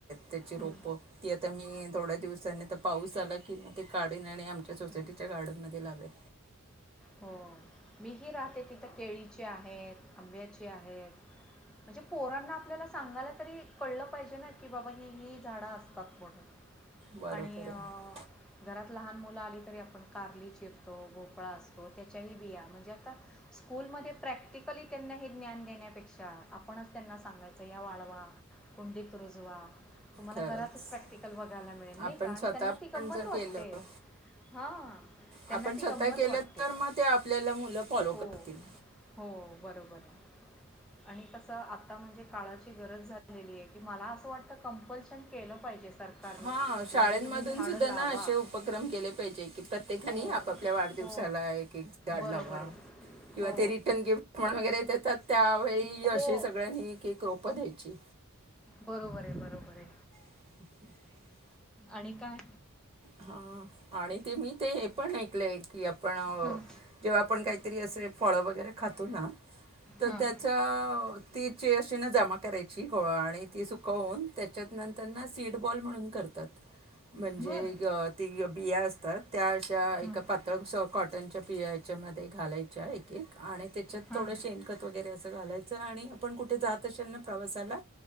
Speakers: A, on the right; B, in the centre.
A: त्याची
B: हं,
A: रोप की आता मी थोड्या दिवसांनी आता पाऊस चला किं मी ते काढेन. आणि आमच्या सोसायटीच्या
B: हं.
A: गार्डन मध्ये लावेन.
B: हो मीही राहते तिथं केळीचे आहेत आंब्याची आहेत म्हणजे पोरांना आपल्याला सांगायला तरी कळलं पाहिजे ना की बाबा ह ही झाडं असतात म्हणून.
A: बरोबर
B: आणि अं
A: आहे
B: घरात लहान मुलं आली तरी आपण कारली चिरतो भोपळा असतो. त्याच्याही बिया म्हणजे आता स्कूलमध्ये प्रॅक्टिकली त्यांना हे ज्ञान घेण्यापेक्षा आपणच त्यांना सांगायचं या वाळवा, कुंडीत रुजवा. तुम्हाला
A: खरंच
B: घरातच प्रॅक्टिकल बघायला मिळेल नाही
A: आपण
B: का आणि
A: स्वतः
B: त्यांना ती गंमत
A: पण जर
B: वाटते
A: केलं
B: हा त्यांना
A: आपण
B: ती
A: स्वतः
B: गंमत
A: केलं
B: वाटते.
A: तर मग ते आपल्याला मुलं फॉलो
B: हो
A: करतील
B: हो बराबरे आणि कस आप आता म्हणजे काळाची गरज झालेली आहे की मला अस वाटत कंपल्शन केलं पाहिजे. सरकारने
A: हा
B: एवढी
A: शाळमधून
B: तुम्ही झाडं
A: सुद्धा
B: लावा
A: ना असे उपक्रम केले पाहिजे कि प्रत्येकानी
B: हो
A: आपापल्या वाढदिवसाला
B: हो
A: ला एक एक झाड
B: बरोबर
A: लावा.
B: आहे
A: किंवा
B: हो
A: ते रिटन गिप्ट देता त्यावेळी की
B: हो
A: असे सगळ्यांनी एक एक रोप द्यायची.
B: बरोबर आहे बरोबर आहे.
A: <unintelligible>
B: आणि काय?
A: हा आणि ते मी ते हे पण ऐकलंय. की आपण
B: हां
A: जेव्हा आपण काहीतरी असे फळं वगैरे खातो ना. तर
B: हां
A: त्याचा. तिचे अशी ना जमा करायची. आणि ती सुकवून त्याच्यातनंतरना सीड बॉल म्हणून करतात. म्हणजे
B: बरं
A: ति बिया असतात. त्या अशा एक
B: हां
A: पातळ कॉट त्यांच्या बियांच्या मध्ये घालायच्या एक एक आणि त्याच्यात
B: हां
A: थोडं शेणखत वगैरे असं घालायचं आणि आपण कुठे जात असेल ना प्रवासाला